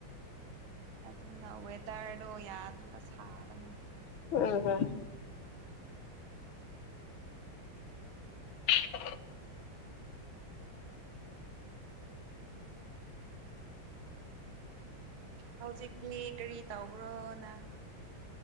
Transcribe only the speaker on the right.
ꯑꯗꯨꯅ ꯋꯦꯗꯔꯗꯣ ꯌꯥꯗ꯭ꯔꯤꯕ ꯁꯥꯕꯅ
ꯍꯧꯖꯤꯛꯇꯤ ꯀꯔꯤ ꯇꯧꯕ꯭ꯔꯣ ꯅꯪ